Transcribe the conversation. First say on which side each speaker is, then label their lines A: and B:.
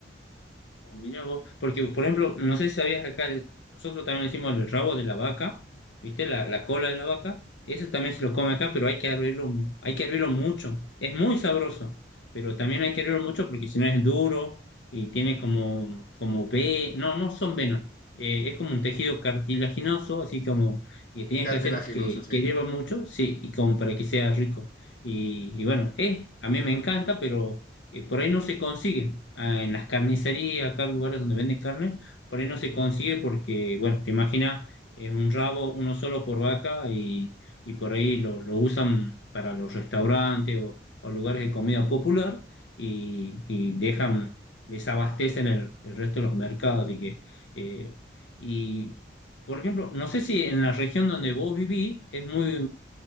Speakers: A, on the left; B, on the left.
A: Mira vos, porque por ejemplo, no sé si sabías que acá el- nosotros también le decimos el rabo de la vaca, ¿viste? La, la cola de la vaca, eso también se lo come acá, pero hay que hervirlo, mu- hay que hervirlo mucho. Es muy sabroso, pero también hay que hervirlo mucho porque si no es duro y tiene como, como ve, no, no son venas, eh, es como un tejido cartilaginoso, así como que tienes
B: Es cartilaginoso,
A: que hacer que,
B: sí.
A: que hierva mucho, sí, y como para que sea rico. Y, y bueno, eh, a mí me encanta, pero eh, por ahí no se consigue. Ah, en las carnicerías, acá en lugares donde venden carne, por ahí no se consigue porque, bueno, te imaginas, es un rabo, uno solo por vaca y, y por ahí lo, lo usan para los restaurantes o, o lugares de comida popular y, y dejan, desabastecen el, el resto de los mercados. Así que, eh, y, por ejemplo, no sé si en la región donde vos vivís es muy,